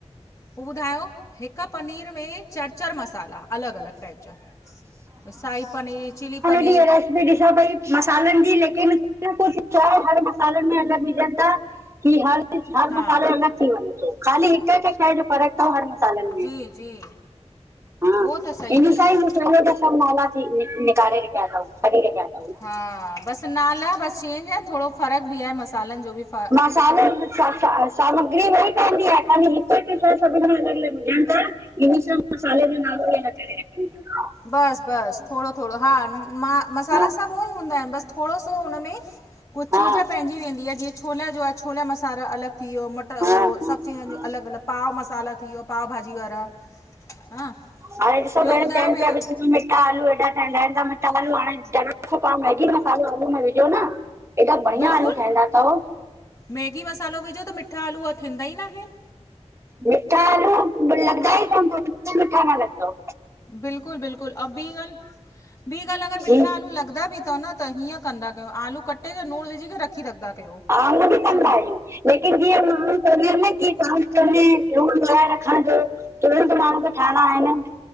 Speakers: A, on the left; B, on the right.
A: पो ॿुधायो? हिक पनीर में चारि -चारि मसाला, अलग- अलग टाइप जा। साही पनीर चिली पनीर।
B: इयं रेसिपी ॾिसां पई मसालनि जी, लेकिन कुझुहे हर मसालनि में अलग विझनि ता। की हर- हर
A: हा
B: मसालो अलॻि थी वञे थो। खाली हिकु- हिकु शइ जो फ़र्कु तव हर मसालनि में।
A: जी जी।
B: हा
A: उहो त सही
B: इन
A: था
B: सां
A: चओ
B: ई सांा ई मस त सभु नाला थी निकारे रखया तव रखया <unintelligible>
A: हा, बसि नाला बसि चेंज आहिन। थोरो फ़र्क़ु बि आहे, मसालनि जो बि फ
B: स सामग्री उहाई पयदीं आहे, ख़ाली हिक-हिक शह सबहिन में अलॻ -अलॻ विझंन तों। इन सां मसालं जो नालो बि न करे रखंदी आ।
A: बसि -बसि, थोरो- थोरो हा, मां मसाला
B: हा
A: सभु उह ई हूंदा आहिन। बसि थोरो सो हुन में कुछ
B: हा
A: चीज़ पंहिंजी वेंदी आहे, जीअं छोला जो आहे, छोला मसाला अलॻि थी वियो, मटर उह
B: हा हा
A: सभु चीजनि
B: हा
A: जो अलॻि- अलॻि पाव मसाला थी वियो, पाव भाजी वारा हां,
B: हाणे ॾिसो
A: ॿियो ॿुधायो
B: चइनि
A: भेण?
B: पिया विच मिठा आलू हेॾा ठहंदा आहिन। त मिठा आलू हाणे मैगी मसालो आलू में विझो न। एॾा बढिया
A: बिल्कुलु
B: आलू ठहींदा तव।
A: मैगी मसालो विझो, त मिठा आलू उहे थींदा ई न आहिन।
B: मिठा आलू लॻदा ई न त बिल्कुल मीठा न लॻदव।
A: बिलकुल-बिल्कुल अऊं बी गाल बी गाल अगर मिठा
B: जी
A: आलू लॻ दा बि थव न त हीअं कंदा कयो आलू कटे करे, नूण विझी करे रखी रखदा कयो।
B: हा ईय बि कंदा
A: छोकी
B: आहियूं। लेकिन जीअं माण्हू चवंदा न कीअं त लूण लगाये रखण जो। तुरंत माण्हू खे ठाइणा आहिन